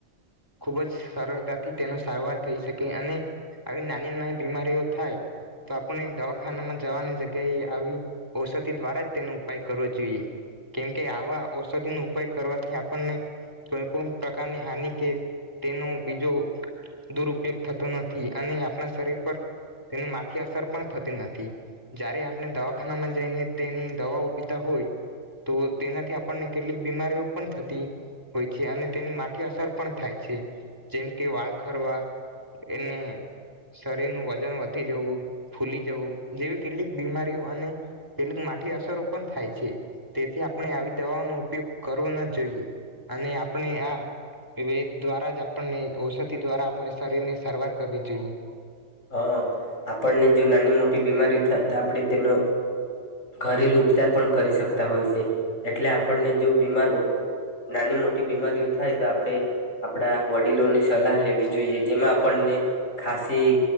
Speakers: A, on the right (about 15°); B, on the left (about 85°).
A: ખુબ જ સરળતા થી તેનો સારવાર થઈ શકે અને આવી નાની નાની બીમારીઓ થાય તો આપણે દવાખાનામાં જવાની જગ્યાએ આવી ઔષધિ દ્વારા જ તેનો ઉપાય કરવો જોઈએ કેમકે આવા ઔષધિનો ઉપાય કરવાથી આપણને કોઈ પણ પ્રકારની હાનિ કે તેનો બીજો દુરપયોગ થતો નથી અને આપણા શરીર પર તેની માઠી અસર પણ થતી નથી, જ્યારે આપણે દવાખાનામાં જઈને તેની દવાઓ પીતા હોય તો તેનાથી આપણને કેટલીક બીમારીઓ પણ થતી હોય છે અને તેની માઠી અસર પણ થાય છે જેમ કે વાળ ખરવા, એને શરીરનું વજન વધી જવું, ફૂલી જવું, જેવી કેટલીક બીમારીઓ અને કેટલીક માઠી અસરો પણ થાય છે તેથી આપણે આવી દવાઓનો ઉપયોગ કરવો ન જોઈએ અને આપણે આ વેદ દ્વારા જ આપણને ઔષધિ દ્વારા આપણે શરીર ની સારવાર કરવી જોઈએ.
B: હ, આપણને જો નાની મોટી બીમારીઓ થાય તો આપણે તેનો ઘરેલુ ઉપચાર પણ કરી શકતા હોય છે એટલે આપણને જો બીમાર નાની મોટી બીમારીઓ થાય તો આપણે આપણા વડીલોની સલાહ લેવી જોઈએ જેમાં આપણને ખાાસી